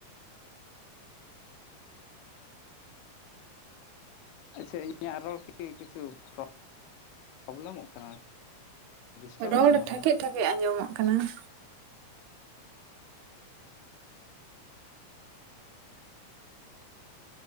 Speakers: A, on the right; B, on the left.
A: <unintelligible>
B: ᱟᱪᱪᱷᱟ ᱤᱧᱟᱜ ᱨᱚᱲ ᱠᱤ ᱠᱤᱪᱷᱩ <inaudible> ᱯᱨᱚᱵᱞᱮᱢᱚᱜ ᱠᱟᱱᱟ᱾ ᱰᱤᱥᱴᱟᱵᱚᱜ
A: ᱨᱚᱲ
B: ᱠᱟᱱᱟ
A: ᱴᱷᱟᱠᱮᱡ ᱴᱷᱟᱠᱮᱡ ᱟᱸᱡᱚᱢᱚᱜ ᱠᱟᱱᱟ ᱾